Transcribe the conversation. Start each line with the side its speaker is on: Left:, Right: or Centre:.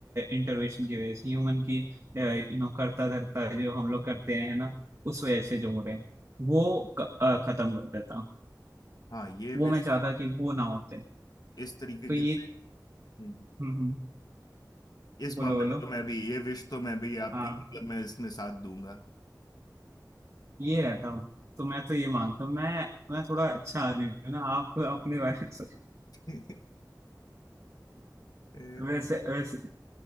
Right: इंटरवेंशन की वजह से ह्यूमन की यू नो करता धरता जो हम लोग करते हैं ना उस वजह से जो हो रहे हैं वो क- अ, खत्म कर देता हूँ।
Left: हाँ ये विश
Right: वो मैं चाहता कि वो ना होते
Left: इस तरीके
Right: तो
Left: की
Right: ये
Left: हम्म,
Right: हम्म हम्म,
Left: इस
Right: बोलो
Left: मामले
Right: बोलो
Left: में तो मैं भी ये विश तो मैं भी आपकी
Right: हाँ।
Left: मतलब मैं इसमें साथ दूंगा
Right: ये रहता हूँ तो मैं तो ये मानता हूँ मैं मैं थोड़ा अच्छा आदमी हूँ ना आप अपने बारे में सोच-
Left: <laughs> अ,
Right: वैसे वैसे